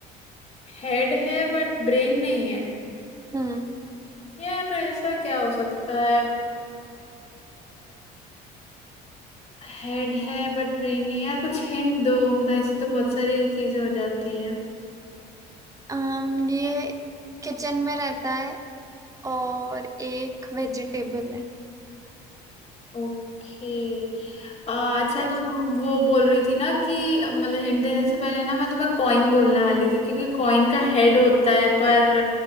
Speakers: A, on the left; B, on the right.
A: हेड है बट ब्रेन नहीं है
B: हम्म
A: यार ऐसा क्या हो सकता है हेड है बट ब्रेन नहीं है। यार कुछ हिंट दो मतलब ऐसे तो बहुत सारी चीजें हो जाती हैं
B: अम ये किचन में रहता है और एक वेजिटेबल है
A: ओके अच्छा
B: यस
A: तुम वो बोल रही थी ना कि अ, मतलब हिंट देने से पहले ना मैं तुम्हें कॉइन बोलने वाली थी क्योंकि कॉइन का हेड होता है पर